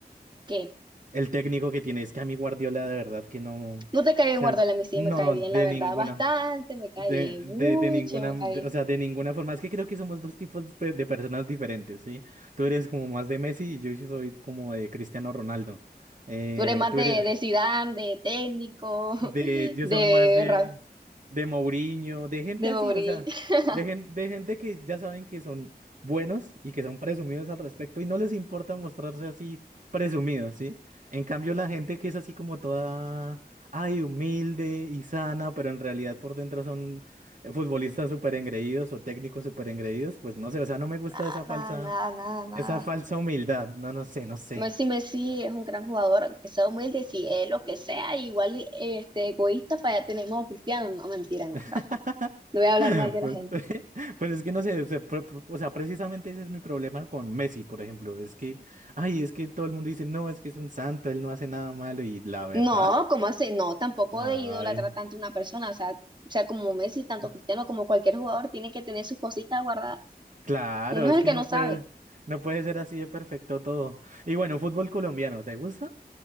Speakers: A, on the right; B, on the right.
A: que
B: El técnico que tiene, es que a mí Guardiola de verdad que no, o
A: no te cae bien
B: sea,
A: Guardiola, a mí sí
B: no,
A: me cae bien,
B: de
A: la verdad,
B: ninguna.
A: bastante, me cae
B: De,
A: bien, mucho
B: de, de ninguna,
A: me
B: de-
A: cae bien.
B: o sea, de ninguna forma. Es que creo que somos dos tipos de, de personas diferentes, ¿sí? Tú eres como más de Messi y yo sí soy como de Cristiano Ronaldo. Eh,
A: Tú eres más
B: tú
A: de,
B: eres,
A: de Zidane, de técnico,
B: de,
A: <laughs>
B: yo
A: de
B: soy más de,
A: Ra-
B: de Mourinho, de gente
A: de
B: así,
A: Mourinho,
B: o sea,
A: <laughs>
B: de, gen- de gente que ya saben que son buenos y que son presumidos al respecto y no les importa mostrarse así presumidos, ¿sí? En cambio, la gente que es así como toda, ay, humilde y sana, pero en realidad por dentro son eh, futbolistas súper engreídos o técnicos súper engreídos, pues no sé, o sea, no me gusta
A: nada,
B: esa falsa,
A: nada, nada, nada, nada.
B: esa falsa humildad, no, no sé, no sé.
A: Messi, Messi es un gran jugador, aunque sea humilde, si es lo que sea, igual este, egoísta, para allá tenemos a Cristiano, no, mentira, no,
B: <laughs>
A: tampoco. No voy a hablar
B: <laughs>
A: mal de
B: Pues,
A: la gente.
B: <laughs> pues es que no sé, o sea, pre- pre- o sea, precisamente ese es mi problema con Messi, por ejemplo. Es que, ay, es que todo el mundo dice, no, es que es un santo, él no hace nada malo. Y la verdad,
A: No, ¿cómo así? No, tampoco
B: ay,
A: de idolatrar tanto a una persona. O sea, o sea, como Messi, tanto
B: ah,
A: Cristiano como cualquier jugador, tiene que tener sus cositas guardadas.
B: claro,
A: Uno
B: es
A: es el
B: que
A: que
B: no
A: no sabe.
B: puede, no puede ser así de perfecto todo. Y bueno, fútbol colombiano, ¿te gusta?